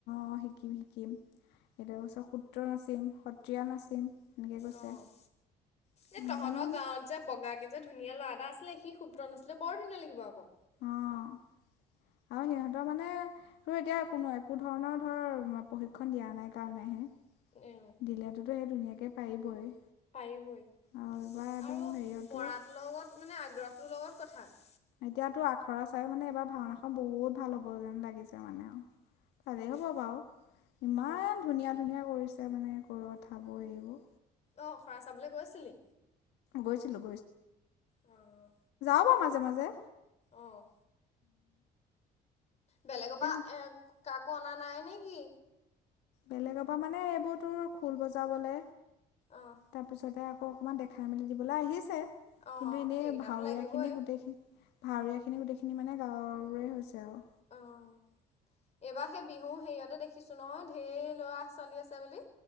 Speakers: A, on the left (about 85°); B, on the left (about 40°).
A: অ' শিকিম, শিকিম এটো পাছত সূত্ৰ নাচিম, সত্ৰীয়া নাচিম। এনেকৈ কৈছে
B: অ',
A: সেইখিনি
B: এই তহঁতৰ
A: মানে
B: গাঁৱত যে, বগাকে যে ধুনীয়া ল'ৰা এটা আছিলে সি সূত্ৰ নাছিলে বৰ ধুনীয়া লাগিব আকৌ।
A: অ', আৰু সিহঁতৰ মানে তোৰ এতিয়া কোনো একো ধৰণৰ ধৰ প্ৰশিক্ষণ দিয়া নাই কাৰণেহে
B: এ
A: দিলাতোতো সেই ধুনীয়াকে পাৰিবই।
B: পাৰিবই,
A: আৰু এইবাৰ একদম
B: আৰু
A: হেৰিয়তো
B: পঢ়াৰ লগত মানে আগ্ৰহটোৰ লগত কথাত।
A: এতিয়াতো আখৰা চাই মানে এইবাৰ ভাওনাখন বহুত ভাল হ'ব যেন লাগিছে মানে আৰু। ভালেই
B: উম,
A: হ'ব বাৰু, ইমান
B: উম।
A: ধুনীয়া ধুনীয়া কৰিছে মানে কৰিব কথাবোৰ হেৰিবোৰ।
B: অ', খৰা চাবলে গৈছিলি?
A: গৈ যাওঁ
B: অ'।
A: বাৰু মাজে মাজে
B: অ', বেলেগৰ
A: তাকে
B: পৰা এ কাক কনা নাই নেকি।
A: বেলেগৰ পৰা মানে এইবোৰ তোৰ ঢোল বজাবলে।
B: অ',
A: তাৰপিছতে আকৌ অকণমান দেখাই মেলি দিবলৈ আহিছে।
B: অ',
A: কিন্তু এনে
B: সেইকেইটাতো
A: ভাউৰীয়া
B: লাগিবই।
A: খিনি গোতেইখিনি ভাউৰীয়াখিনি গোটেইখিনি মানে গাঁৱৰে হৈছে আৰু।
B: অ', এইবাৰ সেই বিহু হেৰিয়তে দেখিছোঁ নহয়, ঢেৰ ল'ৰা-ছোৱালী আছে বুলি।